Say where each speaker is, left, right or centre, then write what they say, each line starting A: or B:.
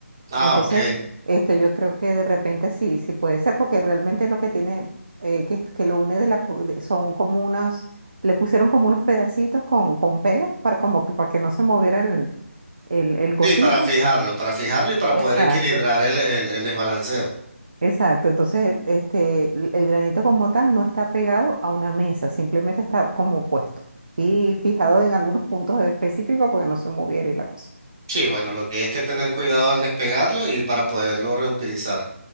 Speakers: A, on the right; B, on the right.
A: Ah,
B: Entonces,
A: ok.
B: este, yo creo que de repente sí, sí puede ser, porque realmente lo que tiene, eh, que, que lo une de la, co- de- son como unas, le pusieron como unos pedacitos con, con pega para como que para que no se moviera el, el, el cosito.
A: Sí, para fijarlo, para fijarlo y para
B: Exacto,
A: poder equilibrar el, el el desbalanceo.
B: exacto. Entonces, este, el el granito como tal no está pegado a una mesa, simplemente está como puesto y fijado en algunos puntos específicos porque no se moviera y la cosa.
A: Sí, bueno, lo que es que tener cuidado al despegarlo y para poderlo reutilizar.